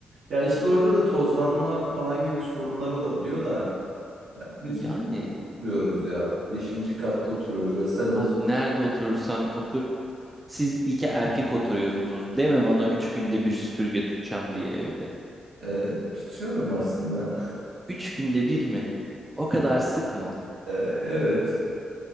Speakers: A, on the right; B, on the right.
A: Ya işte orada da tozlanma falan gibi sorunlar olabiliyor da biz
B: Yani
A: yüksek oturuyoruz ya. Beşinci katta oturuyoruz öyle sağımızı
B: abi nerede oturursan otur. Siz iki erkek oturuyorsunuz. Deme bana üç günde bir süpürge tutacağım diye evde.
A: Ee, tutuyorum aslında.
B: Üç günde bir mi? O kadar sık mı?
A: Ee, evet